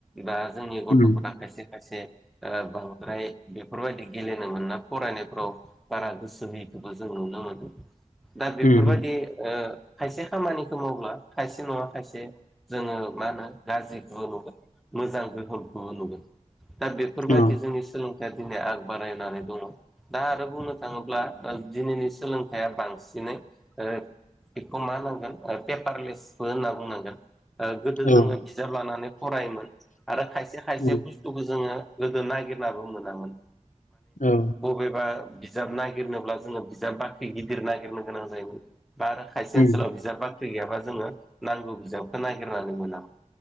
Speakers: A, in the centre; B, on the left.
A: बा जोंनि गथ'फोरा
B: उम
A: खायसे खायसे ओ बांद्राय बेफोरबायदि गेलेनो मोनना फरायनायफ्राव बारा गोसो होयैखौबो जों नुनो मोनदों। दा बेफोरबायदि
B: उम
A: ओ खायसे खामानिखौ मावब्ला खायसे नङा खायसे जोङो मा होनो गाज्रिखौबो नुगोन मोजां गोहोमखौ नुगोन दा बेफोरबायदि
B: औ
A: जोंनि सोलोंथाइया दिनै आग बारायनानै दङ। दा आरो बुंनो थाङोब्ला ओ दिनैनि सोलोंथाइया बांसिनै ओ बेखौ मा होनांगोन पेपारलेसबो होनना बुंनांगोन। ओ गोदो
B: औ
A: जोङो बिजाब लानानै फरायोमोन आरो खायसे खायसे
B: उम
A: बुस्थुखौ जोङो गोदो नागिरनाबो मोनामोन।
B: औ
A: एबा बिजाब नागिरनोब्ला जोङो बिजाब बाख्रि गिदिर नागिरनो गोनां जायोमोन। बा आरो खायसे
B: उम
A: ओनसोलाव बिजाब बाख्रि गैयाबा जोङो नांगौ बिजाबखौ नागिरनानै मोनामोन